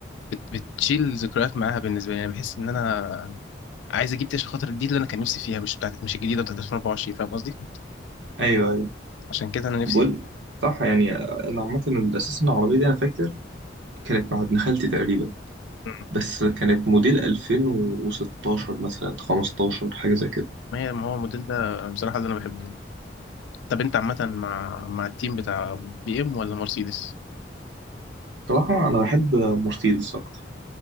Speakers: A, on the left; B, on the right.
A: بت... بتشيل ذكريات معاها بالنسبة لي يعني بحس إن أنا عايز أجيب دي عشان خاطر دي اللي أنا كان نفسي فيها مش بتاعت مش الجديدة بتاعت 2024 فاهم قصدي؟
B: ايوه ايوه
A: عشان كده أنا نفسي
B: بقول صح يعني انا عامه الاساس ان العربيه دي انا فاكر كانت مع ابن خالتي تقريبا
A: فيها
B: بس كانت موديل 2016 مثلا 15 حاجه زي كده
A: ما هي ما هو الموديل ده بصراحة اللي أنا بحبه طب أنت عامة مع مع التيم بتاع بي إم ولا مرسيدس؟
B: صراحه انا بحب مرسيدس اكتر